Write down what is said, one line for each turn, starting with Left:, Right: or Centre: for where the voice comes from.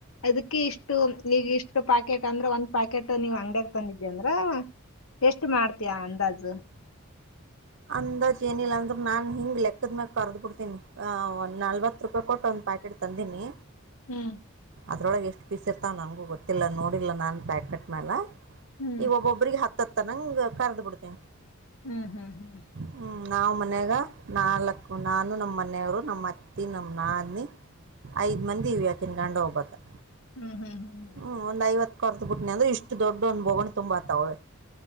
Left: ಅದಕ್ಕೆ ಇಷ್ಟು ನೀಗ ಇಷ್ಟು ಪಾಕೆಟ್ ಅಂದ್ರ ಒಂದ್ ಪಾಕೆಟ್ ನೀವ್ ಅಂಗಡ್ಯಾಗ್ ತಂದಿದ್ದಿ ಅಂದ್ರ ಎಷ್ಟು ಮಾಡ್ತೀಯ ಅಂದಾಜು <inaudible>
Right: ಅಂದಾಜ್ಏನಿಲ್ಲ ಅಂದ್ರರು ನಾನ್ ಹಿಂಗ್ ಲೆಕ್ಕದ ಮ್ಯಕ್ ಕರ್ದ್ ಬಿಡ್ತನಿ ಅ ಒಂದ್ ನಲ್ವತ್ ರೂಪಾಯಿ ಕೊಟ್ಟ ಒಂದ್ ಪ್ಯಾಕೆಟ್ ತಂದಿನಿ
Left: ಹ್ಮ್
Right: ಅದರೊಳಗೆ ಎಷ್ಟು ಪೀಸ್ ಇರ್ತಾವೆ ನನಗೂ ಗೊತ್ತಿಲ್ಲ ನೋಡಿಲ್ಲ ನಾನು ಪ್ಯಾಕೆಟ್ ಮೇಲೆ
Left: ಹ್ಮ್
Right: ಈಗ ಒಬ್ಬೊಬ್ರಿಗೆ ಹತ್ತತ್ತ ತನಂಗ ಕರ್ದ ಬಿಡ್ತೆೇನೆ
Left: ಹ್ಮ್ ಹ್ಮ್ ಹ್ಮ್
Right: ಹ್ಮ್ ನಾವ್ ಮನ್ಯಾಗ ನಾಲ್ಕ್ಕು ನಾನು ನಮ್ಮ ಮನೆಯವರು ನಮ್ಮ್ ಅತ್ತಿ ನಮ್ ನಾದಿನಿ ಐದ್ ಮಂದಿ ಇವೆ ಆಕಿ ಗಂಡ ಒಬತ್ತ
Left: ಹ್ಮ್ ಹ್ಮ್ ಹ್ಮ್ ಹ್ಮ್
Right: ಹ್ಮ್ ಒಂದ್ಐವತ್ತು ಕರ್ದ ಬ ಬಿಟ್ನಿ ಅ್ರ ಇಷ್ಟು ದೊಡ್ಡ ಒಂದ ಬೋಗೋ್ ತುಂಬಾತಾವಳೆ.